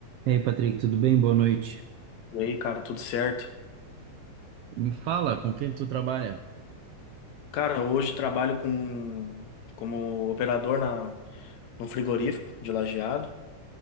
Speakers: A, on the right; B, on the left.
A: E aí, Patrick, tudo bem? Boa noite.
B: E aí, cara, tudo certo?
A: Me fala, com quem tu trabalha?
B: Cara, hoje trabalho com como operador na no frigorífico de Lajeado.